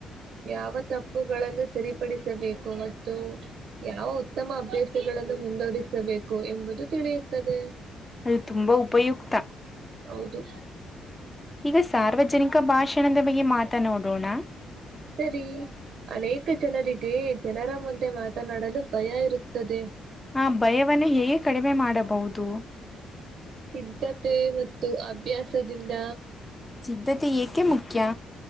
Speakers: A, on the right; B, on the left.
A: ಯಾವ ತಪ್ಪುಗಳನ್ನು ಸರಿಪಡಿಸಬೇಕು ಮತ್ತು ಯಾವ ಉತ್ತಮ ಅಭ್ಯಾಸಗಳನ್ನು ಮುಂದುವರಿಸಬೇಕು ಎಂಬುದು ತಿಳಿಯುತ್ತದೆ.
B: ಅದು ತುಂಬಾ ಉಪಯುಕ್ತ.
A: ಹೌದು
B: ಈಗ ಸಾರ್ವಜನಿಕ ಭಾಷಣದ ಬಗ್ಗೆ ಮಾತನಾ ಡೋಣ.
A: ಸರಿ ಅನೇಕ ಜನರಿಗೆ ಜನರ ಮುಂದೆ ಮಾತನಾಡಲು ಭಯ ಇರುತ್ತದೆ.
B: ಆ ಭಯವವನ್ನು ಹೇಗೆ ಕಡಿಮೆ ಮಾಡಬಹುದು.?
A: ಸಿದ್ಧತೆ ಮತ್ತು ಅಭ್ಯಾಸದಿಂದ.
B: ಸಿದ್ಧತೆ ಏಕೆ ಮುಖ್ಯ?